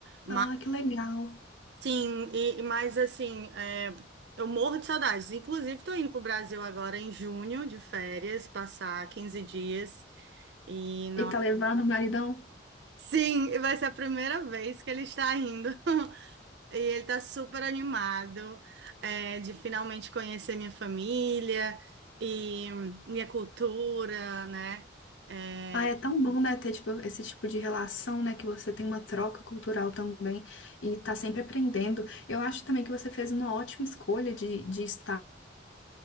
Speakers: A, on the right (about 60°); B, on the left (about 80°).
A: Mas,
B: Ah, que legal.
A: sim, e, e- mas assim, é, eu morro de saudades. Inclusive, estou indo para o Brasil agora em junho, de férias, passar 15 dias. E, não...
B: E tá levando o maridão?
A: Sim, vai ser a primeira vez que ele está indo. <laughs> E ele tá super animado, é, de finalmente conhecer minha família e minha cultura, né? É,
B: Ah, é tão bom, né, ter tipo, esse tipo de relação, né, que você tem uma troca cultural também e tá sempre aprendendo. Eu acho também que você fez uma ótima escolha de, de estado,